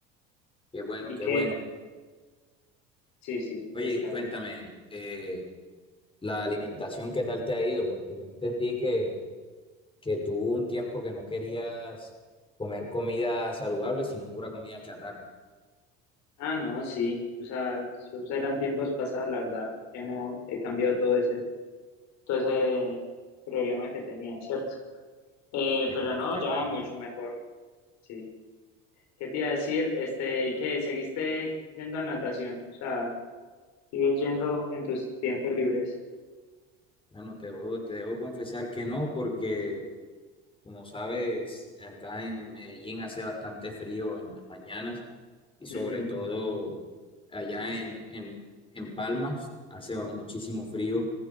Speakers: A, on the left (about 15°); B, on the left (about 65°).
A: Qué bueno,
B: ¿Y
A: qué
B: qué?
A: bueno.
B: Sí, sí,
A: Oye,
B: está bien.
A: cuéntame, eh, la alimentación, ¿qué tal te ha ido? Porque yo entendí que, que tú hubo un tiempo que no querías comer comida saludable, sino pura comida chatarra.
B: Ah, no, sí, o sea, esos eran tiempos pasados, la verdad. Hemos, he cambiado todo ese, todo ese problema que tenía, ¿cierto? Eh,
A: Qué
B: pero
A: bueno,
B: no,
A: qué
B: ya
A: bueno.
B: mucho mejor, sí. ¿Qué te iba a decir? Este, ¿y qué? ¿Seguiste yendo a natación? O sea, ¿sigues yendo en tus tiempos libres?
A: Bueno, te debo, te debo confesar que no, porque Como sabes, acá en Medellín hace bastante frío en las mañanas y sobre
B: Ujú,
A: todo allá en, en, en Palmas hace ba- muchísimo frío,